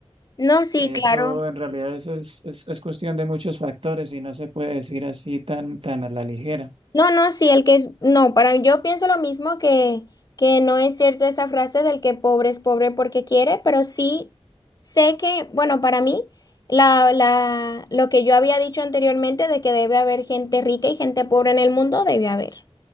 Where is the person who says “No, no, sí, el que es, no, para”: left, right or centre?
Left